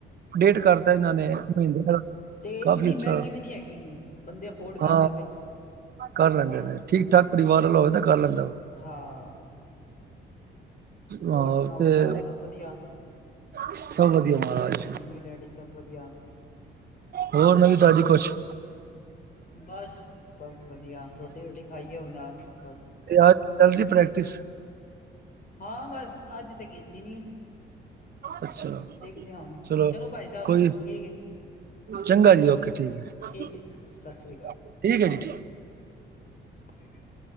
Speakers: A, on the right; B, on the left.
A: ਫਿਰ ਕਰਤਾ ਇਹਨਾਂ ਨੇ ਮਹਿੰਦਿਆਂ ਦਾ
B: ਤੇ ਇੰਨੀ
A: ਕਾਫੀ ਅੱਛਾ
B: ਮਹਿੰਗੀ ਵੀ ਨੀ ਹੈਗੀ, ਬੰਦੇ ਅਫੋਰਡ
A: ਹਾਂ
B: ਕਰ ਲੈਂਦੇ ਨੇ।
A: ਕਰ ਲੈਂਦੇ ਨੇ ਠੀਕ- ਠਾਕ ਪਰਿਵਾਰ ਵਾਲਾ ਹੋਵੇ ਤਾਂ ਕਰ ਲੈਂਦਾ
B: ਹਾਂ
A: ਹਾਂ
B: ਹੋਰ ਸੁਣਾਓ
A: ਤੇ,
B: ਘਰ ਸਭ ਵਧੀਆ
A: ਸਭ ਵਧੀਆ ਮਹਾਰਾਜਾ।
B: ਮੰਮੀ ਡੈਡੀ ਸਭ ਵਧੀਆ।
A: ਹੋਰ ਨਵੀ ਤਾਜ਼ੀ ਕੁਛ,
B: ਬਸ ਸਭ ਵਧੀਆ ਰੋਟੀ ਰੋਟੀ ਖਾਈਏ ਉਹਨਾਂ ਬਸ,
A: ਤੇ ਆ ਚੱਲਦੀ ਪ੍ਰੈਕਟਿਸ।
B: ਹਾਂ ਬਸ ਅੱਜ ਤਾਂ ਕੀਤੀ ਨੀ।
A: ਅੱਛਾ,
B: ਦੇਖਦੇ ਹਾਂ ਹੁਣ
A: ਚਲੋ
B: ਭਾਈ ਸਾਹਿਬ
A: ਕੋਈ
B: ਠੀਕ ਹੈ
A: ਚੰਗਾ ਜੀ ਓਕੇ ਠੀਕ ਹੈ,
B: ਠੀਕ ਸਤਿ ਸ੍ਰੀ ਅਕਾਲ
A: ਠੀਕ ਹੈ ਜੀ।
B: ਠੀਕ ਹੈ।